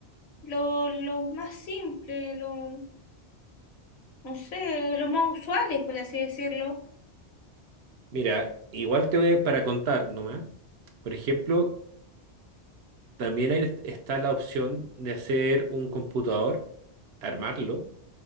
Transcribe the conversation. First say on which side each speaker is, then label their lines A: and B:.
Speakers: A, on the left; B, on the right.
A: lo- los más simples, los, no sé, los más usuales, por así decirlo.
B: Mira, igual te voy a- para contar nomás. Por ejemplo, también ahí está la opción de hacer un computador, armarlo,